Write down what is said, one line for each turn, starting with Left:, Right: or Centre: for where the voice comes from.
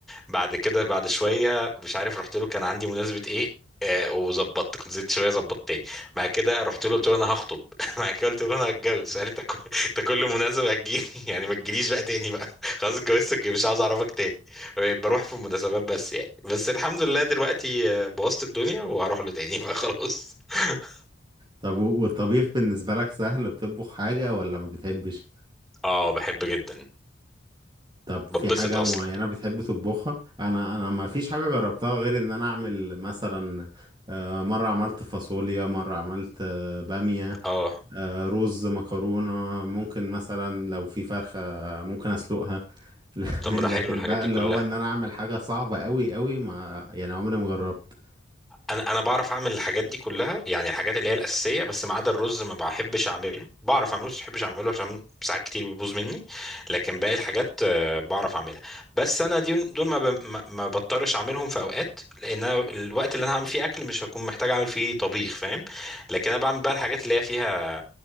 Centre: بعد كده بعد شويه مش عارف رحت له كان عندي مناسبه ايه آه وظبطت كنت زدت شويه ظبطت تاني بعد كده رحت له قلت له انا هخطب <laughs> بعد كده قلت له انا هتجوز قال لي انت كل- انت كل مناسبه هتجيلي <laughs> يعني ما تجيليش بقى تاني بقى <laughs> خلاص اتجوزتك مش عاوز اعرفك تاني بقيت بروح في المناسبات بس يعني بس الحمد لله دلوقتي آه، بوظت الدنيا وهروح له تاني بقى خلاص <laughs>
Right: طب و- والطبيخ بالنسبة لك سهل بتطبخ حاجة ولا ما بتحبش
Centre: اه بحب جدا
Right: طب في
Centre: ببسط
Right: حاجة
Centre: اصلا
Right: معينة بتحب تطبخها؟ أنا أنا ما فيش حاجة جربتها غير إن أنا أعمل مثلا آه، مرة عملت فاصوليا مرة عملت آه، بامية
Centre: اه
Right: آه، رز مكرونة ممكن مثلا لو في فرخة ممكن أسلقها <laughs>
Centre: طب
Right: لكن
Centre: ما ده حلو الحاجات
Right: بقى
Centre: دي
Right: اللي
Centre: كلها
Right: هو إن أنا أعمل حاجة صعبة أوي أوي ما يعني عمري ما جربت
Centre: انا انا بعرف اعمل الحاجات دي كلها يعني الحاجات اللي هي الاساسيه بس ما عدا الرز ما بحبش اعمله بعرف اعمله بس ما بحبش اعمله عشان ساعات كتير بيبوظ مني لكن باقي الحاجات آه، بعرف اعملها بس انا دي دول ما ب- ما ما بضطرش اعملهم في اوقات لان أنا الوقت اللي انا هعمل فيه اكل مش هكون محتاج اعمل فيه طبيخ فاهم لكن انا بعمل بقى الحاجات اللي هي فيها